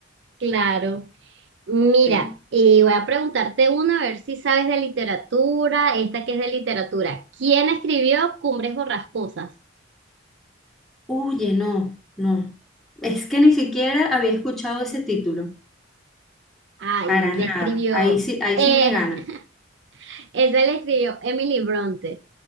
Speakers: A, on the right; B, in the centre.
A: Claro. Mira,
B: sí.
A: y voy a preguntarte una, a ver si sabes de literatura, esta que es de literatura. ¿Quién escribió Cumbres Borrascosas?
B: Oye, no, no. Es que ni siquiera había escuchado ese título.
A: Ay,
B: Para
A: le
B: nada.
A: escribió,
B: Ahí sí, ahí
A: eh,
B: sí me gana.
A: <laughs> esa le escribió Emily Bronte.